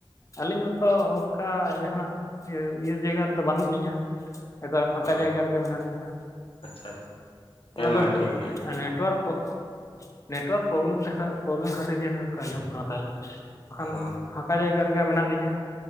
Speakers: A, on the left; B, on the left.
A: ᱟᱹᱞᱤᱧ ᱢᱟᱛᱚ ᱚᱱᱠᱟ ᱡᱟᱦᱟᱱᱟᱜ ᱤᱭᱟᱹ ᱡᱟᱭᱜᱟ ᱨᱮᱫᱚ ᱵᱟᱹᱱᱩᱜ ᱞᱤᱧᱟᱹ᱾ ᱮᱠᱟ ᱯᱷᱟᱸᱠᱟ
B: ᱚ
A: ᱡᱟᱭᱜᱟ ᱨᱮᱜᱮ ᱢᱮᱱᱟᱜ ᱞᱤᱧᱟᱹ᱾
B: ᱟᱪᱪᱷᱟ ᱟᱪᱪᱷᱟ ᱦᱮᱸ
A: ᱟᱫᱚ
B: ᱢᱟ ᱴᱷᱤᱠ ᱜᱮᱭᱟ ᱦᱮᱸ
A: ᱱᱮᱴᱳᱣᱟᱨ ᱯᱚ ᱱᱮᱴᱳᱣᱟᱨᱠ ᱯᱨᱚᱵᱞᱮᱢ ᱫᱮᱠᱷᱟᱣ ᱯᱨᱚᱵᱞᱮᱢ ᱠᱷᱟᱹᱛᱤᱨ ᱡᱟᱱᱤᱡ ᱚᱱᱠᱟ ᱟᱸᱡᱚᱢᱚᱜ ᱠᱟᱱᱟ ᱛᱟᱦᱚᱞᱮ ᱵᱟᱠᱷᱟᱱ
B: ᱚ
A: ᱯᱷᱟ ᱠᱟ ᱡᱟᱭᱜᱟ ᱨᱮᱜᱮ ᱢᱮᱱᱟᱜ ᱞᱤᱧᱟᱹ᱾